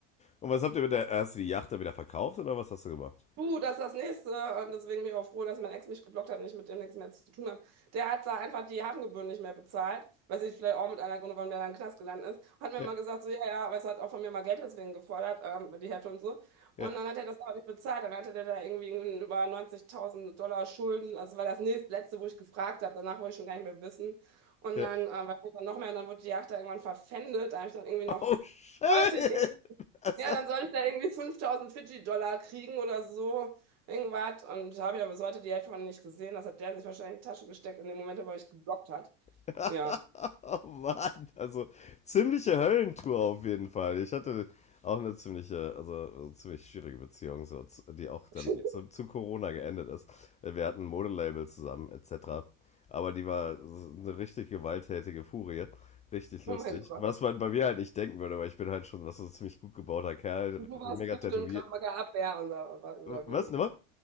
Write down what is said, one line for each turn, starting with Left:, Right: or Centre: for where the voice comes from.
Left: Und was habt ihr mit der. Hast du die Yacht da wieder verkauft oder was hast du gemacht?
Right: Du, das ist das Nächste. Und deswegen bin ich auch froh, dass mein Ex mich geblockt hat und ich mit dem nichts mehr zu tun habe. Der hat da einfach die Hafengebühren nicht mehr bezahlt. Weiß ich, vielleicht auch mit einer Gründe, warum der dann im Knast gelandet ist. Und hat mir
Left: Ja,
Right: mal gesagt, so, ja, ja, aber es hat auch von mir mal Geld deswegen gefordert, ähm, die Hälfte und so. Und
Left: ja,
Right: dann hat er das aber nicht bezahlt. Dann hatte der da irgendwie über 90.000 Dollar Schulden. Also Das war das nächstletzte, wo ich gefragt habe. Danach wollte ich schon gar nicht mehr wissen. Und
Left: ja.
Right: dann, äh, war ich dann noch mehr. Und dann wurde die Yacht da irgendwann verpfändet. Da habe ich dann irgendwie noch,
Left: Oh shit!
Right: wollte ich irgendwie
Left: <laughs> Also,
Right: ja, dann soll ich da irgendwie 5000 Fidschi-Dollar kriegen oder so, irgendwas. Und habe ja bis heute die Hälfte von nicht gesehen. Das hat der sich wahrscheinlich in die Tasche gesteckt in dem Moment, wo er mich geblockt hat.
Left: <laughs>
Right: Ja.
Left: oh Mann, also ziemliche Höllentour auf jeden Fall. Ich hatte auch eine ziemliche, also eine ziemlich schwierige Beziehung, so, die auch dann
Right: <laughs>
Left: zu, zu Corona geendet ist. Wir hatten ein Modelabel zusammen, etc. Aber die war so eine richtig gewalttätige Furie. Richtig lustig.
Right: Oh mein Gott.
Left: Was man bei mir halt nicht denken würde, weil ich bin halt schon was so ein ziemlich gut gebauter Kerl,
Right: Du warst
Left: mega
Right: gut
Left: tätowiert.
Right: in Krav Maga Abwehr und so, oder, oder
Left: Was,
Right: wie?
Left: nochmal?